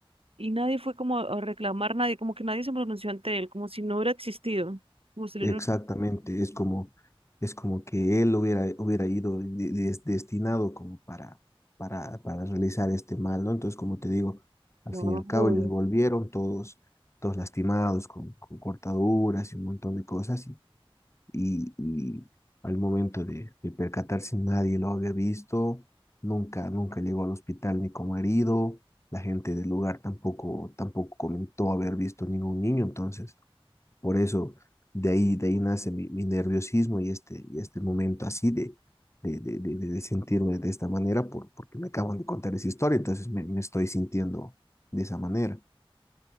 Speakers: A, on the right (about 75°); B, on the left (about 30°).
A: Y nadie fue como a reclamar, nadie, como que nadie se pronunció ante él, como si no hubiera existido. Como si no
B: Exactamente,
A: hubiera-
B: es como, es como que él hubiera, hubiera ido de- de- destinado como para, para, para realizar este mal, ¿no? Entonces, como te digo, al
A: Claro.
B: fin y al cabo ellos volvieron todos, todos lastimados, con, con cortaduras y un montón de cosas, y, y, y al momento de, de percatarse nadie lo había visto, nunca, nunca llegó al hospital ni como herido, la gente del lugar tampoco, tampoco comentó haber visto ningún niño, entonces por eso, de ahí, de ahí nace mi, mi nerviosismo y este, y este momento así de, de, de, de, de sentirme de esta manera por, porque me acaban de contar esa historia, entonces me, me estoy sintiendo de esa manera.